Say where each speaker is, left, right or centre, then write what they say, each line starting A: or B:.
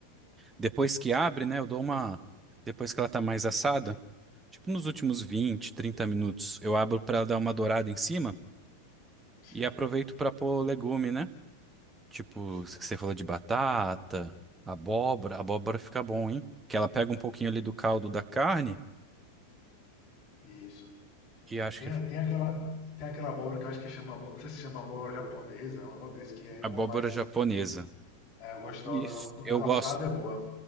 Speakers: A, on the right; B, on the left.
A: depois que abre, né, eu dou uma depois que ela tá mais assada, tipo nos últimos 20, 30 minutos, eu abro para dar uma dourada em cima
B: Sim,
A: e aproveito para pôr legume, né? Tipo,
B: sim,
A: que
B: aí
A: você
B: fica-
A: falou de batata, abóbora, abóbora fica bom, hein? Que ela pega um pouquinho ali do caldo da carne
B: isso.
A: e acho
B: Tem,
A: que
B: tem aquela, tem aquela abóbora que eu acho que chama, abó- não sei se chama abóbora japonesa, é um negócio desse que é
A: Abóbora
B: uma mais
A: japonesa.
B: é, gostosa,
A: Isso.
B: não- não-
A: Eu
B: ela
A: gosto.
B: assada é boa.